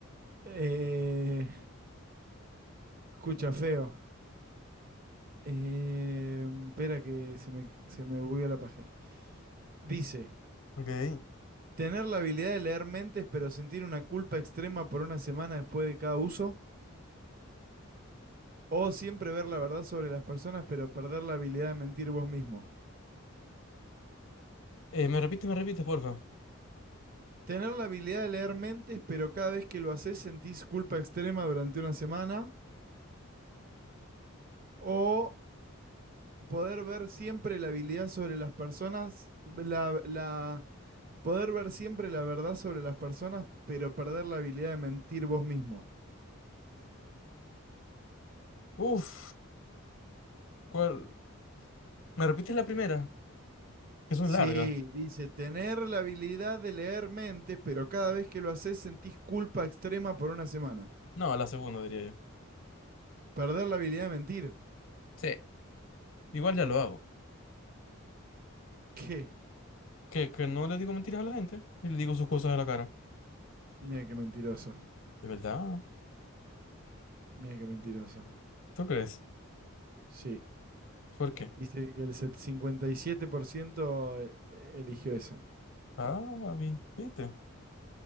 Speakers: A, on the right; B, on the left.
A: Eh, escucha, feo. Eh, espera que se me, se me bugueó la página. Dice,
B: Ok. Eh,
A: Tener la habilidad de leer mentes, pero sentir una culpa extrema por una semana después de cada uso. O siempre ver la verdad sobre las personas, pero perder la habilidad de mentir vos mismo.
B: me repite, me repite, porfa.
A: Tener la habilidad de leer mentes, pero cada vez que lo haces sentís culpa extrema durante una semana. O poder ver siempre la habilidad sobre las personas, la, la- poder ver siempre la verdad sobre las personas, pero perder la habilidad de mentir vos mismo.
B: Uf. ¿Cuál? ¿Me repites la primera? Que son
A: Sí,
B: largas.
A: dice, tener la habilidad de leer mentes, pero cada vez que lo haces sentís culpa extrema por una semana.
B: No, la segunda, diría yo.
A: Perder la habilidad de mentir.
B: Sí. Igual ya lo hago.
A: ¿Qué?
B: Que, que no le digo mentiras a la gente y le digo sus cosas a la cara.
A: Mira qué mentiroso.
B: ¿De verdad?
A: Mira qué mentiroso.
B: ¿Tú crees?
A: Sí.
B: ¿Por qué?
A: Dice que el set- 57% e- e- eligió esa.
B: Ah, vi- ¿viste?